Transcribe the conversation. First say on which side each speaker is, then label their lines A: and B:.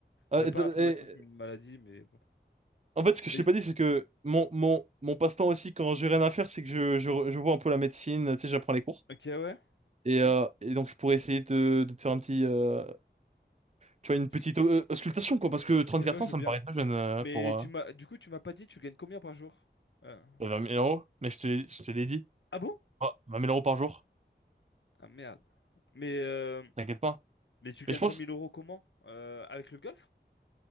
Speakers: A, on the right; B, on the left.
A: Euh,
B: euh,
A: et
B: pas
A: d-
B: un traumatisme,
A: et-
B: une maladie, mais bon.
A: en fait, ce que je
B: Oui.
A: t'ai pas dit, c'est que mon, mon, mon passe-temps aussi, quand j'ai rien à faire, c'est que je, je, re- je vois un peu la médecine, tu sais, j'apprends les cours.
B: Ok, ouais,
A: Et, euh,
B: oui.
A: et donc, je pourrais essayer de, de te faire un petit, euh, tu vois, une
B: Un petit...
A: petite euh, auscultation, quoi, parce que 34
B: Ok, ouais, je
A: ans,
B: veux
A: ça
B: bien.
A: me paraît très jeune euh,
B: Mais
A: pour, euh,
B: tu m'as, du coup, tu m'as pas dit, tu gagnes combien par jour? Euh,
A: Euh, 20 000 euros, mais je te, l'ai- je te l'ai dit.
B: Ah bon?
A: Oh, 20 000 euros par jour,
B: Ah merde. Mais, euh,
A: t'inquiète pas.
B: mais tu gagnes
A: Mais je pense...
B: vingt mille euros comment? Euh, avec le golf?